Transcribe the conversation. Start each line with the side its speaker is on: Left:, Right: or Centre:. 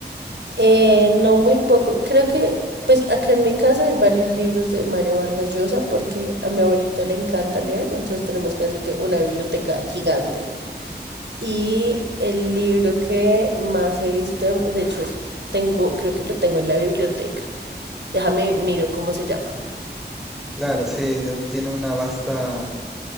Right: Eh, no muy poco. Creo que, pues acá en mi casa hay varios libros de Mario Vargas Llosa porque a mi abuelito le encanta leer, entonces tenemos casi que una biblioteca gigante. Y el libro que más he visto, em, de hecho, es- tengo, creo que lo tengo en la biblioteca. Déjame, miro cómo se llama.
Centre: Claro, sí, él tiene una vasta,